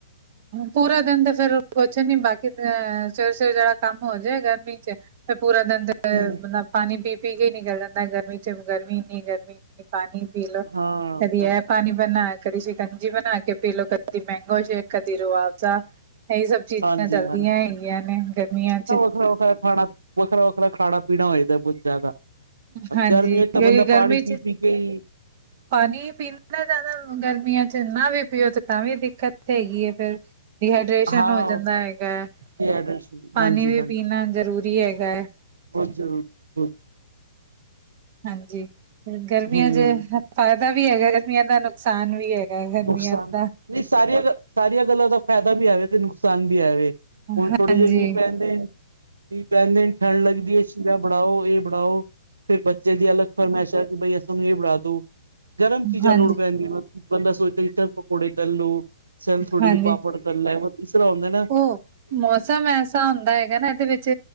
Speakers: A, on the right; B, on the right.
A: ਪੂਰਾ ਦਿਨ ਤੇ ਫੇਰ ਕੁੱਛ ਨੀ, ਬਾਕੀ ਸਵੇਰ-ਸਵੇਰ ਜੇਣਾ ਕੰਮ ਹੋ ਜਾਏ ਗਰਮੀ ਚ। ਫਿਰ ਪੂਰਾ ਦਿਨ ਤੇ
B: ਹੂੰ
A: ਬੰਦਾ ਪਾਣੀ ਪੀ-ਪੀ ਕੇ ਨਿਕਲ ਜਾਂਦਾ ਗਰਮੀ ਚ ਗਰਮੀ ਇੰਨੀ ਗਰਮੀ। ਪਾਣੀ ਪੀ ਲੋ
B: ਹਾਂ
A: ਕਦੀ ਇਹ ਪਾਣੀ ਬਣਾ, ਕਦੀ ਸ਼ਿਕੰਜੀ ਬਣਾ ਕੇ ਪੀ ਲੋ ਕਦੀ ਮਹਿੰਗੋ ਸੇਖ, ਕਦੀ ਰੁਆਫਜਾ। ਇਹੀ ਸਭ ਚੀਜ਼ਾਂ
B: ਹਾਂਜੀ
A: ਚੱਲਦੀਆਂ ਹੈਗੀਆਂ ਨੇ ਗਰਮੀਆਂ ਚ।
B: ਖਲੋ ਕੇ ਖਾਣਾ ਵੱਖਰਾ-ਵੱਖਰਾ ਖਾਣਾ-ਪੀਣਾ ਹੋ ਜਾਂਦਾ ਬਹੁਤ ਜ਼ਿਆਦਾ।
A: ਹਾਂਜੀ
B: ਗਰਮੀ ਤਾਂ
A: ਕਿਉਂਕਿ
B: ਬੰਦਾ
A: ਗਰਮੀ
B: ਪਾਣੀ
A: ਚ
B: ਪੀ-ਪੀ ਕੇ ਹੀ
A: ਪਾਣੀ ਪੀਣਾ ਜ਼ਿਆਦਾ ਗਰਮੀਆਂ ਚ ਨਾ ਵੀ ਪੀਓ ਤੇ ਤਾਂਵੀ ਦਿੱਕਤ ਹੈਗੀ ਹੈ ਫੇਰ। ਡੀਹਾਈਡ੍ਰੇਸ਼ਨ
B: ਹਾਂ
A: ਹੋ ਜਾਂਦਾ ਹੈਗਾ ਹੈ
B: ਹਾਂਜੀ
A: ਪਾਣੀ ਵੀ
B: ਹਾਂਜੀ
A: ਪੀਣਾ ਜ਼ਰੂਰੀ ਹੈਗਾ ਹੈ।
B: ਬਹੁਤ ਜਰੂਰੀ ਬਹੁਤ।
A: ਹਾਂਜੀ, ਗਰਮੀਆਂ
B: ਬਹੁਤ ਹਮ
A: ਚ ਫਾਇਦਾ ਵੀ ਹੈਗਾ ਗਰਮੀਆਂ ਦਾ ਨੁਕਸਾਨ ਵੀ ਹੈਗਾ। ਗਰਮੀਆਂ
B: ਨੁਕਸਾਨ
A: ਦਾ।
B: ਨਹੀਂ ਸਾਰੀਆਂ-ਸਾਰੀਆਂ ਗੱਲਾਂ ਦਾ ਫਾਇਦਾ ਵੀ ਹੈਵੇ ਤੇ ਨੁਕਸਾਨ ਵੀ ਹੈਵੇ। ਹੁਣ
A: ਹਾਂਜੀ
B: ਥੋੜੇ ਜਿਹੇ ਮੀਂਹ ਪੈਂਦੇ ਮੀਂਹ ਪੈਂਦੇ ਠੰਢ ਲੱਗਦੀ ਹੈ ਸ਼ੀਰਾ ਬਣਾਓ ਇਹ ਬਣਾਓ ਫੇਰ ਬੱਚੇ ਦੀ ਅਲੱਗ ਫਰਮਾਇਸ਼ਾ ਕਿ ਬਈ ਸਾਨੂੰ ਇਹ ਬਣਾ ਦੋ ਗਰਮ ਚੀਜ਼ਾਂ
A: ਹਾਂਜੀ।
B: ਲੋੜ ਪੈਂਦੀਆਂ। ਬੰਦਾ ਸੋਚਦਾ ਕਿ ਇਕ ਤਰਫ ਪਕੌੜੇ ਤਲ ਲੋ ਚਲ ਥੋੜੀ
A: ਹਾਂਜੀ
B: ਜਿਹੀ ਪਾਪੜ ਤਲਲੈ, ਇਸ ਤਰ੍ਹਾਂ ਹੁੰਦਾ ਨਾ
A: ਉਹ ਮੌਸਮ ਐ ਹੁੰਦਾ ਹੈਗਾ ਨਾ ਇਹਦੇ ਵਿੱਚ